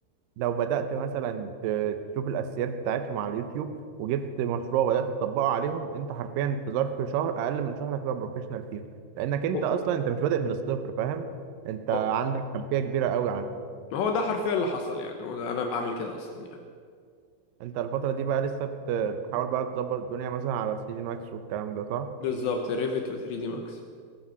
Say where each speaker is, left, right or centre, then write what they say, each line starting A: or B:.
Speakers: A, on the right (about 80°); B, on the left (about 75°).
A: لو بدات مثلا ت- تشوف الاساسيات بتاعتهم على اليوتيوب وجبت مشروع وبدات تطبقه عليهم انت حرفيا في ظرف شهر اقل من شهر هتبقى بروفيشنال فيهم لانك انت
B: هو
A: اصلا انت مش بادئ من الصفر فاهم انت عندك
B: هو-
A: خلفيه كبيره قوي عنه
B: ما هو ده حرفيا اللي حصل يعني هو ده انا بعمل كده اصلا يعني
A: انت الفترة دي بقى لسه بت- بتحاول بقى تظبط الدنيا مثلا على 3 دي ماكس والكلام ده صح؟
B: بالظبط الريفت و 3 دي ماكس